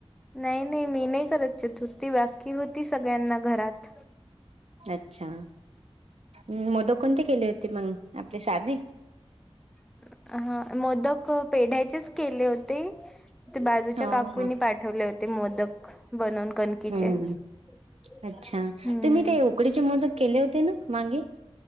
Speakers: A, in the centre; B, on the right.
A: नाही नाही मी नाही करत चतुर्थी बाकी होती सगळ्यांना घरात, <inaudible>
B: <inaudible> अच्छा् <inaudible> मोद कोणते केले होते मग आपले साथे <inaudible>
A: <inaudible> हा मोदक पेढ्याचेच केले होते. <inaudible> ते बाजूच्या
B: हो
A: काकूनी
B: का
A: पाठवले होते मोदक बनवून कणकीचे,
B: हम्म
A: <inaudible>
B: <inaudible> अच्छा
A: हम्म
B: तुम्ही ते उकडीचे मदक केले होते ना मांगे, <inaudible>